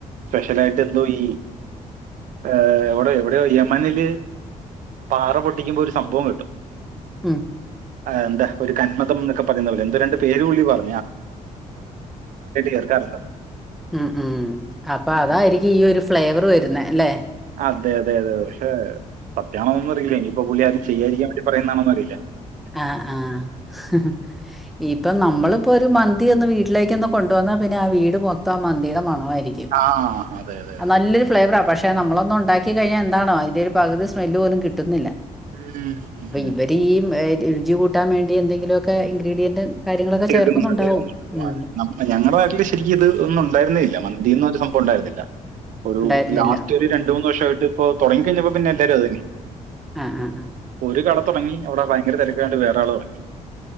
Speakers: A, on the right; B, in the centre.
A: സ്പെഷലായിട്ട് എന്തോ ഈ ഏ എവടെ എവടെയോ യമനില് പാറ പൊട്ടിക്കുമ്പോ ഒരു സംഭവം കിട്ടും
B: ഉം
A: ആഹ് എന്താ ഒരു കന്മദം ന്നൊക്കെ പറയുന്ന പോലെ എന്തോ രണ്ട് പേരും പുള്ളി പറ ചേർക്കാറുണ്ടെന്ന്
B: ഉം ഉം അപ്പ
A: അങ്ങനെ.
B: അതാരി ഈ ഒരു ഫ്ലേവറ് വരുന്നെ ല്ലേ.
A: അതെ അതെ അതെ ക്ഷെ സത്യാണോന്നൊന്നും അറിയില്ല നിപ്പൊ പുള്ളി ആരും ചെയ്യാതിരിക്കാൻ വേണ്ടി പറയുന്നതാണോന്നും അറിയില്ല.
B: ആഹ് ആഹ് ഇപ്പം നമ്മളും ഇപ്പൊരു മന്തി ഒന്ന് വീട്ടിലേക്കൊന്ന് കൊണ്ട് വന്നാ പിന്നെ ആ വീട് മൊത്തം ആ മന്തീടെ മണമാരിക്കും.
A: ആ അതെ അതെ അതെ
B: നല്ലൊരു ഫ്ലേവെറാ പഷ് ക്ഷെ നമ്മളൊന്നൊണ്ടാക്കികഴിഞ്ഞാ എന്താണോ അതിന്റെ ഒരു പകുതി സ്മെല്ല് പോലും കിട്ടുന്നില്ല.
A: ഉം
B: ഇവരീ രുചി കൂട്ടാൻ വേണ്ടി എന്തെങ്കിലൊക്കെ ഇൻഗ്രീഡിയൻ്റും കാര്യങ്ങളൊക്കെ
A: കേൾക്കുന്നുണ്ട്
B: ചേർക്ക് ക്ന്നുണ്ടാവും
A: കേൾക്കുന്നുണ്ട്.
B: ഉം
A: അതെ നമ്മ- ഞങ്ങളുടെ നാട്ടിൽ ശരിക്കും ഇത് ഒന്നും ഉണ്ടായിരുന്നില്ല മന്തി എന്ന് ഒരു സംഭവം ഉണ്ടായിരുന്നില്ല ഒരു
B: ഉണ്ടായിരുന്നില്ല.
A: ലാസ്റ്റ് ഒരു രണ്ടു മൂന്ന് വർഷമായിട്ട് ഇപ്പൊ തുടങ്ങി കഴിഞ്ഞപ്പോ പിന്നെ എല്ലാരും അത് തന്നെ
B: ആഹ് ആഹ് ആഹ്
A: ഒരു കട തൊടങ്ങി അവിടെ ഭയങ്കര തിരക്കായേണ്ട് വേറാൾ തുടങ്ങി